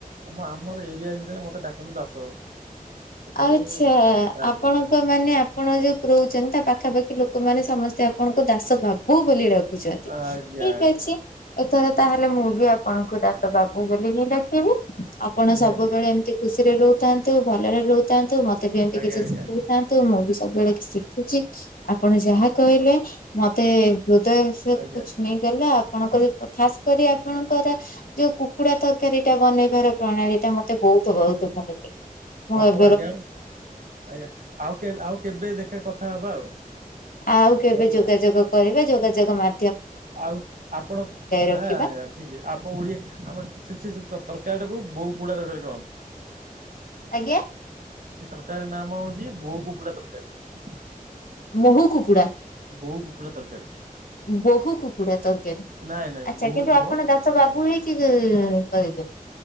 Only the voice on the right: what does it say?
ଆ ଆମର ଏରିଆ ଭିତରେ ମତେ ଡ଼ା ଦାସ ବାବୁ। ସେଥିପାଇଁ
ଆଜ୍ଞା
ଆଜ୍ଞା
ଆଜ୍ଞା
ନିହାତି
ଆଜ୍ଞା
ଆଜ୍ଞା
ଆଜ୍ଞା
ହଉ ଆଜ୍ଞା ଆଜ୍ଞା ଆଉ କେ- ଆଉ କେବେ ଦେଖା କଥା ହବା ଆଉ।
ଜୟ
ଜଗନ୍ନାଥ
ଆଉ ଆପଣଁ
ଆପଣ ଓଡିଏ ଆମର ତରକାରୀ ଟାକୁ। ବହୁଉ କୁକୁଡ଼ା ଦଖ କଣ
ସେ ତରକାରୀ ନାମ ହଉଛି ବୋଉ କୁକୁଡ଼ା ତରକାରୀ।
ବୋଉ କୁକୁଡା ତରକାରୀ।
ନାଇଁ ନାଇଁ
ବୋହୁ
ନୁହଁ